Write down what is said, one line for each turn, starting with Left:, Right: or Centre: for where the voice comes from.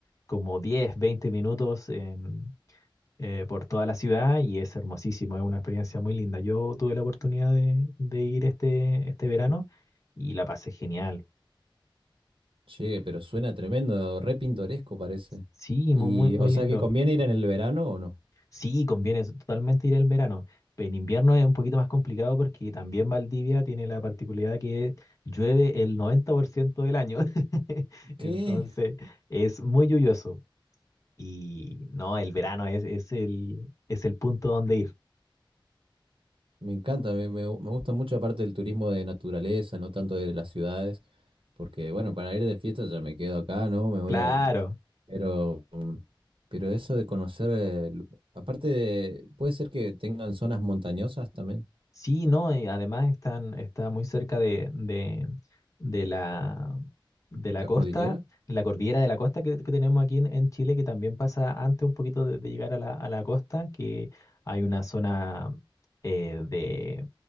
Left: como 10 20 minutos en- eh, por toda la ciudad y es hermosísimo, es una experiencia muy linda. Yo tuve la oportunidad de, de ir este, este verano y la pasé genial.
Right: Che, pero suena tremendo, re pintoresco parece.
Left: Sí,
Right: Y,
Left: muy, muy, muy
Right: o sea
Left: lindo.
Right: que conviene ir en el verano o no?
Left: Sí, conviene totalmente ir en verano. pero En invierno es un poquito más complicado porque también Valdivia tiene la particularidad que llueve el 90% del año. <laughs>
Right: ¿Qué?
Left: Entonces, es muy lluvioso. Y no, el verano es, es el, es el punto donde ir.
Right: Me encanta, me, me- me gusta mucho aparte del turismo de naturaleza, no tanto de las ciudades, porque bueno, para ir de fiesta ya me quedo acá, ¿no? Me voy
Left: Claro.
Right: a... Pero, mm, pero eso de conocer, eh, lu- aparte de, puede ser que tengan zonas montañosas también,
Left: Sí, no, y además están, está muy cerca de, de, de la, de la
Right: la
Left: costa,
Right: cordillera.
Left: la cordillera de la costa que, que tenemos aquí en, en Chile, que también pasa antes un poquito de, de llegar a la, a la costa, que hay una zona eh, de,